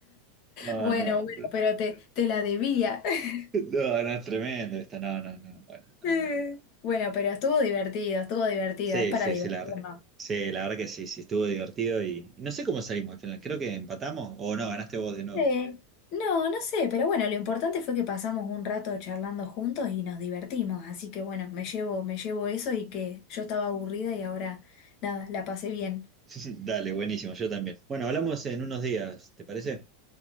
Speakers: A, on the right (about 20°); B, on the left (about 45°).
A: No,
B: Bueno,
A: no,
B: bueno, pero te, te la debía. <laughs>
A: no, no, es tremendo esta, no, no, no, bueno, no,
B: Eh,
A: no. no.
B: Bueno, pero estuvo divertido, estuvo divertido,
A: Sí,
B: es para
A: sí,
B: divertirnos.
A: sí, la verdad. Sí, la verdad que sí, sí, estuvo divertido y, y no sé cómo salimos al final. Creo que empatamos o no, ganaste vos de nuevo.
B: Eh, no, no sé, pero bueno, lo importante fue que pasamos un rato charlando juntos y nos divertimos, así que bueno, me llevo, me llevo eso y que yo estaba aburrida y ahora, nada, la pasé bien.
A: <laughs> Dale, buenísimo, yo también. Bueno, hablamos en unos días, ¿te parece?